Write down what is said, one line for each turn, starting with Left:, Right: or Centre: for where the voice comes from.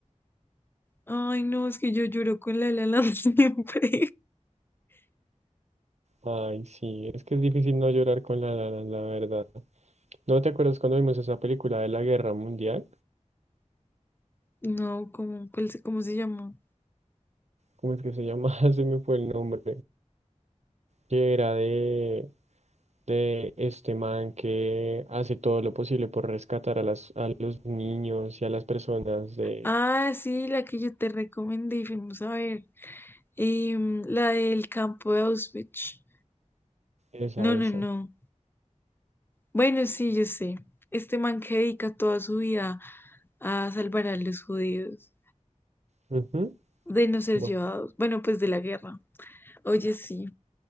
Left: Ay, no, es que yo lloro con la La Land <laughs> siempre.
Right: Ay, sí, es que es difícil no llorar con la la Land, la verdad. ¿No te acuerdas cuando vimos esa película de la Guerra Mundial?
Left: No, ¿cómo, cuál se- cómo se llamó?
Right: ¿Cómo es que se llama? <laughs> Se me fue el nombre. Que era de, de este man que hace todo lo posible por rescatar a las, a los niños y a las personas de
Left: Ah, sí, la que yo te recomendé y fuimos a ver. Em, la del campo de Auschwitz.
Right: Esa,
Left: No, no,
Right: esa.
Left: no. Bueno, sí, yo sé. Este man que dedica toda su vida a salvar a los judíos
Right: Ujú.
Left: de no ser
Right: Bueno,
Left: llevados, bueno, pues de la guerra. Oye, sí,